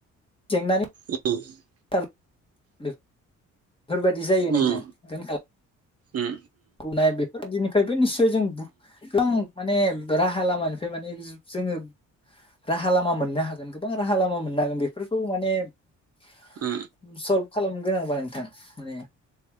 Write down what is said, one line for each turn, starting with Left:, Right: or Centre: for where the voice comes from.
Left: जेंना
Right: <unintelligible>
Left: <unintelligible> बेफोरबायदि जायो
Right: उम
Left: नोंथांङा दोनखा
Right: उम
Left: बुंनाय बेफोरबायदिनिफ्रायबो निस्सय जों <unintelligible> माने राहा लामानिफ्राय माने जोङो राहा लामा मोननो हागोन गोबां राहा लामा मोननो हागोन बेफोरखौ माने <unintelligible> <unintelligible>
Right: उम
Left: गोनांबा नोंथां माने